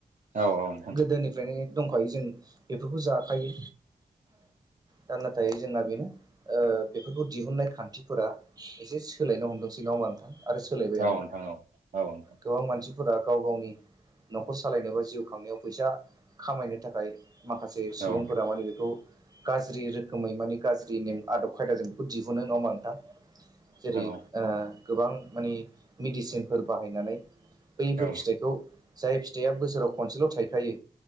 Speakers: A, on the right (about 55°); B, on the right (about 25°).
A: औ नोंथां
B: गोदोनिफ्रायनो दंखायो जों बेफोरखौ जाखायो दा नाथाय जोंना बेनो बेफोरखौ दिहुननाय खान्थिफोरा एसे सोलायनो हमदोंसै ना थ सोलायबायानो
A: औ नोंथां औ औ
B: गो मसि फोर गाव गावनि न'खर सालायनो बा जिउ खांनायाव फैसा खामायनो थाखाय माखासे
A: औ
B: सुबुंफोरा
A: नोंथां
B: माने बेखौ गाज्रि रोखोमै माने गाज्रि नेम आदब खायदाजों बेखौ दिहुनो नामा नोंथां जेरै
A: औ
B: गोबां माने मेडिसिनफोर बाहायनानै बैफोर
A: औ
B: फिथाइखौ फिथाइ फिथाइया बोसोराव खनसेल' थाइखायो